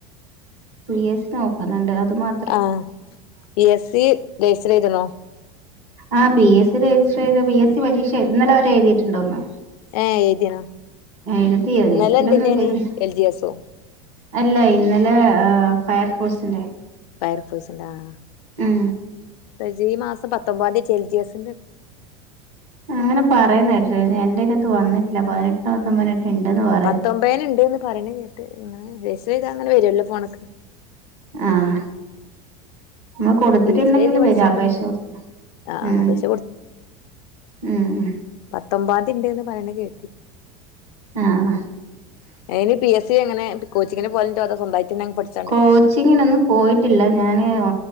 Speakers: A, on the right; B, on the left.
A: പി യേസ് നോക്കുന്നുണ്ട് അത് മാ
B: അത് പി യസ് സി രജിസ്റ്റർ യ്തണോ
A: ആ പി എസ് സി രജിസ്റ്റർ ചെയ്ത പി എസ് സി പരീക്ഷ ഇന്നലെ വരെ എഴുതിട്ടുണ്ടോന്ന്
B: ഏഹ് എഴുതിണോ
A: എഴുതി
B: ഇന്നലെ
A: ലിസ്റ്റിലൊന്നും
B: എന്തിന്റെനി
A: പേര്
B: എൽ ജി എസോ
A: അല്ല ഇന്നലെ ഫയർഫോഴ്സിന്റെ
B: ഫയർ ഫോയിസിൻ്റെ ആഹ് ആഹ്
A: ഉം
B: റജീ ഈ മാസം പത്തൊമ്പാന്തി ച ൽജി എസ്
A: അങ്ങനെ പറയേന്നെ ട്ടുണ്എന്റെ ഇതിനകത്ത് വന്നിട്ടില്ല പതിനെട്ടി നത്തൊമ്പതിനക ഉണ്ടെന്ന് പ
B: പത്തൊമ്പേനിണ്ട്ന്ന് പറേണ്കേട്ട് ഇങ്ങനെ രജിസ്റ്റർചെയ്താ ങ്ങനെ വരുമല്ലോ ഫോണ്ക്ക്
A: ആഹ് ന്നാ കൊടുത്തിട്ടുണ്ടെങ്കില്
B: പി എസ് സി എഴുതി പഠിച്ചാലും
A: വരും അപേക്ഷ
B: മതി
A: കൊട്
B: ആഹ്
A: ഉം
B: ആഹ് അപേക്ഷ
A: ഉം ഉം
B: പത്തൊമ്പാന്തിണ്ട്ന്ന് പറയണ കേ
A: ആഹ്
B: അയ്ന് പി എസ് സി എങ്ങനെ കോച്ചിങ്ങിന്പോകൽ ണ്ടോ അതൊ സ്വന്താട്ട് ങ്ങനെപഠി
A: കോച്ചിങ്ങിനൊന്നും പോയിട്ടില്ല ഞാന് ഓ